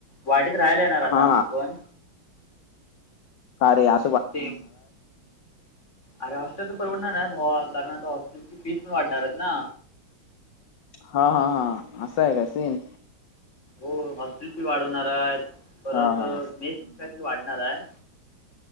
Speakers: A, on the left; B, on the left.
A: वाढीत राहायला येणार आता
B: हा
A: आम्ही पण.
B: का रे यार.
A: तिथे अरे हॉस्टेल तर परवडणार नाही भावा कारण आता हॉस्टेलची फीस पण वाढणार आहेत ना.
B: हा हा हा असं आहे का सीन.
A: हो हॉस्टेल फी वाढवणार आहेत परत
B: हा हा
A: मेस सुद्धा वाढणार आहे.